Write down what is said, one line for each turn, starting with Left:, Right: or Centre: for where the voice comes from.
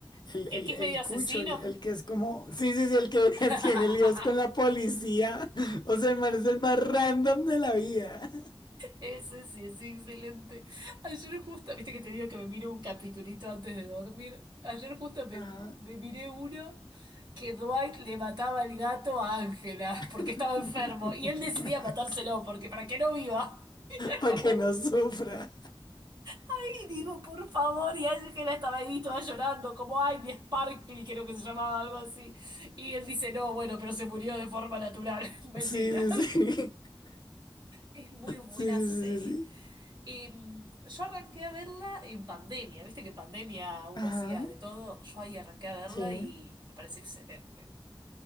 Left: el,
Right: ¿El
Left: el,
Right: que es
Left: el
Right: medio asesino?
Left: cucho, el, el que es como, sí, sí, sí, el que
Right: <laughs>
Left: <laughs> tiene líos con la policía. <laughs> O sea, el man es el más random de la vida.
Right: Ese sí es excelente. Ayer justo, viste que te digo que me miro un capitulito antes de dormir. Ayer justo me,
Left: <laughs> Ajá.
Right: me miré uno que Dwight le mataba el gato a Ángela
Left: <laughs>
Right: porque estaba enfermo y él decidía matárselo porque para que no viva. <laughs>
Left: Para
Right: Como,
Left: que no sufra.
Right: ay, digo, por favor, y Ángela estaba ahí toda llorando, como, ay, mi Sparkly, creo que se llamaba algo así. Y él dice, no, bueno, pero se murió de forma natural. <laughs> Mentira.
Left: Sí, sí, sí. <laughs>
Right: Es muy buena
Left: Sí, sí,
Right: serie.
Left: sí, sí, sí.
Right: Em, yo arranqué a verla en pandemia, viste que en pandemia uno
Left: Ajá,
Right: hacía de todo, yo ahí arranqué a verla
Left: sí.
Right: y me parece excelente.